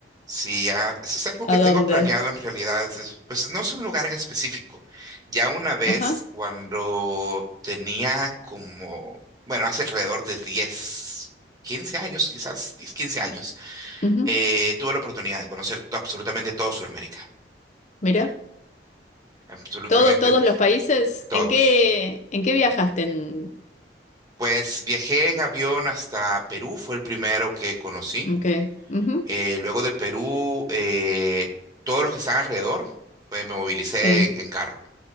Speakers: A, on the right (about 20°); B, on the left (about 40°).
A: Sí, ya, eso es algo
B: ¿A
A: que tengo
B: dónde?
A: planeado en realidad, es- es- pues no es un lugar en específico. Ya una vez,
B: Ajá.
A: cuando tenía como, bueno, hace alrededor de 10, 15 años, quizás 10, 15 años.
B: ujú,
A: Eh, tuve la oportunidad de conocer to- absolutamente todo Sudamérica,
B: Mira,
A: absolutamente
B: todos, todos los países.
A: todos.
B: ¿En qué, en qué viajaste? En...
A: Pues viajé en avión hasta Perú, fue el primero que conocí.
B: Ok. ujú,
A: Eh, luego de Perú, eh, todos los que están alrededor, pues me movilicé
B: Sí.
A: en, en carro.